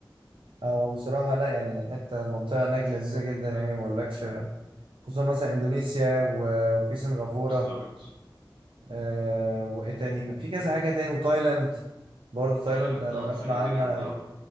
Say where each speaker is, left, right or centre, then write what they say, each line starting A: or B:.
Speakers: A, on the right (about 85°); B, on the right (about 70°).
A: اه بصراحه لا يعني الحته المنطقه هناك لذيذه جدا يعني ما اقولكش خصوصا مثلا اندونيسيا و- وفي سنغافوره
B: بالظبط
A: آه وايه تاني كان في كذا حاجه تاني وتايلاند برضه تايلاند
B: تايلاند
A: انا
B: اه
A: بسمع
B: تايلاند
A: عنها
B: جامدة أوي